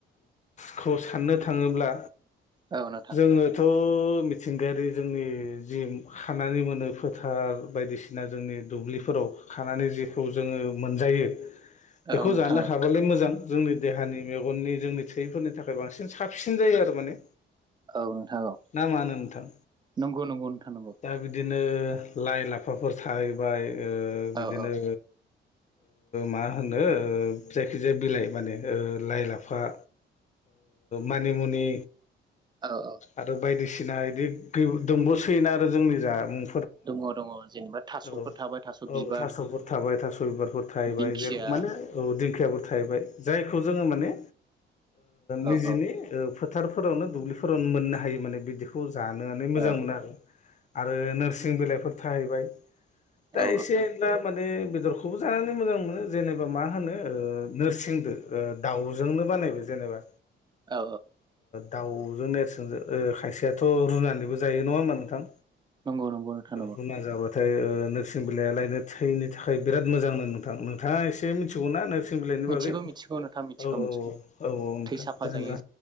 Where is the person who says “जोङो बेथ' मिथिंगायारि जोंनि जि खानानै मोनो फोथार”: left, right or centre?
Left